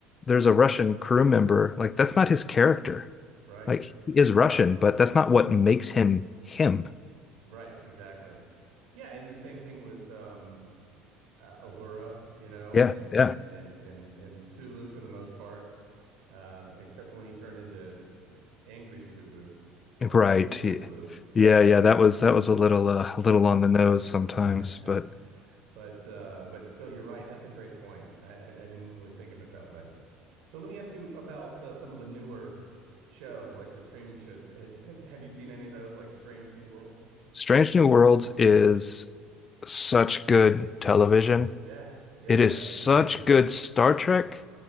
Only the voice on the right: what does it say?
Right.
Right. Exactly. Yeah. And the same thing with um uh, Uhura, you know,
and
and and and and Sulu for the most part. Um, except when he turned into angry Sulu, like
evil Sulu.
<laughs>
But uh, but still, you're right. That's a great point. I, I I didn't really think of it that way. So let me ask you about uh, some of the newer shows, like the streaming shows. Had- Have, have you seen any of those, like Strange New Worlds?
Yes, yes,
I
agree.